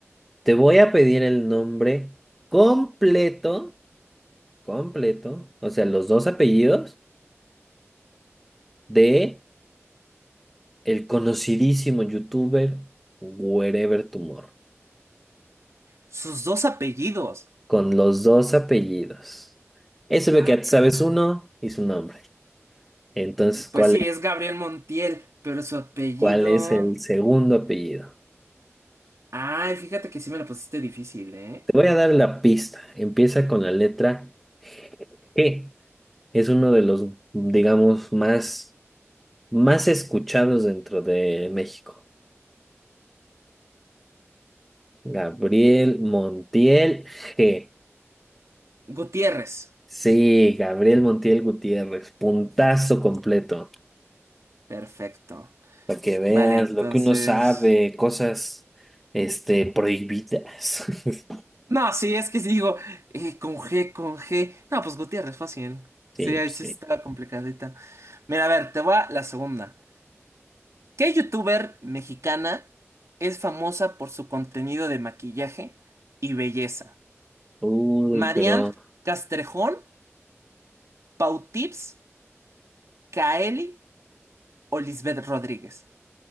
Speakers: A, in the centre; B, on the right.
A: Te voy a pedir el nombre completo, completo, o sea, los dos apellidos de el conocidísimo youtuber Wherever Tumor,
B: Sus dos apellidos.
A: con los dos apellidos. Eso es
B: Ah,
A: lo que ya te sabes
B: caray.
A: uno y su nombre. Entonces, ¿cuál
B: Pues sí,
A: es,
B: es Gabriel Montiel, pero su apellido...
A: cuál es el segundo apellido?
B: Ay, fíjate que sí me lo pusiste difícil, ¿eh?
A: Te voy a dar la pista. Empieza con la letra G. Es uno de los, digamos, más más escuchados dentro de México. Gabriel Montiel G.
B: Gutiérrez.
A: Sí, Gabriel Montiel Gutiérrez, puntazo completo,
B: Perfecto.
A: para que veas
B: Vale, entonces...
A: lo que uno sabe, cosas, este, prohibidas. <laughs>
B: No, sí, es que sí digo, eh, con G, con G. No, pues Gutiérrez, fácil.
A: Sí,
B: Sí, ahí
A: pues
B: sí
A: sí.
B: estaba complicadita. Mira, a ver, te va la segunda. ¿Qué youtuber mexicana es famosa por su contenido de maquillaje y belleza?
A: Uy,
B: ¿Marianne
A: pero
B: Castrejón, Pautips, Kaeli o Lisbeth Rodríguez.